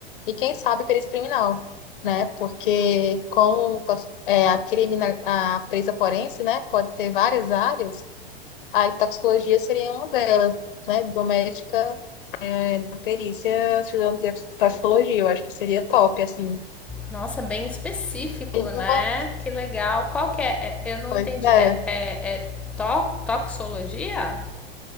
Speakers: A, on the left; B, in the centre.
A: e, quem sabe, perícia criminal, né? Porque como tox- eh, a, criminal, a perícia forense, né, pode ter várias áreas, a toxicologia seria uma delas, né? Biomédica, eh, na perícia, estudando de toxicologia, eu acho que seria top, assim.
B: Nossa, bem específico,
A: E
B: né?
A: uma
B: Que legal. Qual que é? É, Eu não
A: coisa
B: entendi. É,
A: é,
B: é, é to- toxologia?